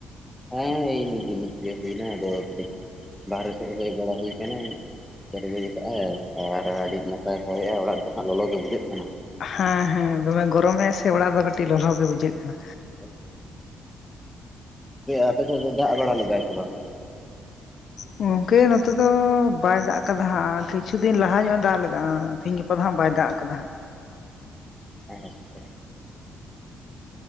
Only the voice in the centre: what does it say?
ᱦᱮᱸ ᱱᱤᱛ ᱫᱚ ᱱᱤᱛᱜᱮ ᱦᱩᱭᱱᱟ ᱟᱫᱚ ᱠᱟᱹᱴᱤᱡ ᱵᱟᱦᱨᱮ ᱥᱮᱫ ᱦᱮᱡ ᱵᱟᱲᱟ ᱦᱩᱭ ᱠᱟᱱᱟ᱾ ᱛᱮᱨᱫᱮᱡ ᱠᱟᱫᱟᱭ ᱟᱨ ᱟᱹᱰᱤ ᱱᱟᱯᱟᱭ ᱦᱚᱭᱟᱭ ᱚᱲᱟᱜ ᱫᱚ ᱦᱟᱸᱜ ᱞᱚᱞᱚ ᱜᱮ ᱵᱩᱡᱷᱟᱹᱜ ᱠᱟᱱᱟ᱾
<unintelligible> ᱟᱯᱮ ᱥᱮᱫ ᱫᱚ ᱫᱟᱜ ᱵᱟᱲᱟ ᱞᱮᱫᱟᱭ ᱥᱮ ᱵᱟᱝ?
ᱟᱪᱪᱷᱟ,